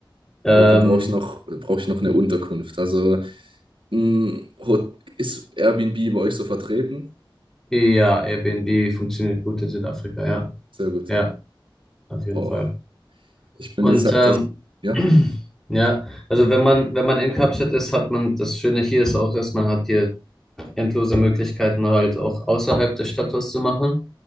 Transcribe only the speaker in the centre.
Ähm,
ja, Airbnb funktioniert gut in Südafrika, ja.
Ja, auf jeden
Fall.
Und
ähm,
<clears throat> ja, also wenn man, wenn man in Kapstadt ist, hat man, das Schöne hier ist auch, ist, man hat hier endlose Möglichkeiten halt auch außerhalb des Stadtors zu machen.